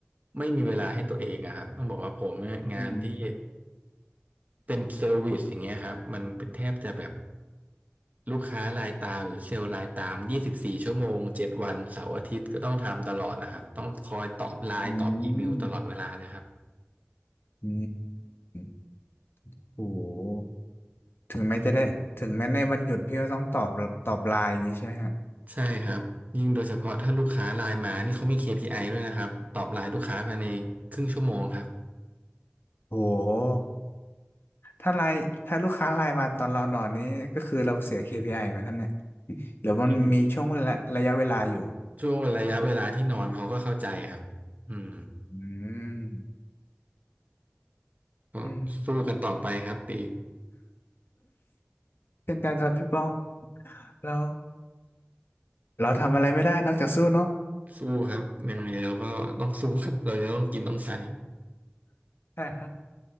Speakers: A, on the right; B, on the left.
A: ไม่มีเวลาให้ตัวเองอะครับต้องบอกว่าผมเนี่ยงานที่
B: อืม
A: เป็นเซอร์วิสอย่างเงี้ยครับมันเป็นแทบจะแบบลูกค้ารายตามหรือเซลล์รายตามยี่สิบสี่ชั่วโมงเจ็ดวันเสาร์อาทิตย์ก็ต้องทำตลอดอะครับต้องคอยตอบไลน์ตอบอีเมลตลอดเวลาเลยครับ
B: อืมอืมโห ถึงแม้จะได้ถึงแม้ในวันหยุดพี่ก็ต้องตอบตอบไลน์อย่างนี้ใช่ไหมฮะ
A: ใช่ครับยิ่งโดยเฉพาะถ้าลูกค้าไลน์มานี่เขามี KPI ด้วยนะครับตอบไลน์ลูกค้าภายในครึ่งชั่วโมงครับ
B: โหถ้าไลน์ถ้าลูกค้าไลน์มาตอนเรานอนนี้ก็คือเราเสีย KPI ไอไหมครับเนี่ยหรือมันมีช่วงระระยะเวลาอยู่
A: อืม ช่วงระยะเวลาที่นอนเขาก็เข้าใจครับอืม
B: อืม
A: ก็สู้กันต่อไปครับตี
B: อืมเช่นกันครับพี่ป้องเราเราทำอะไรไม่ได้นอกจากสู้เนาะ
A: สู้ครับยังไงเราก็ต้องสู้ครับเราจะต้องกินต้องใช้
B: ใช่ครับ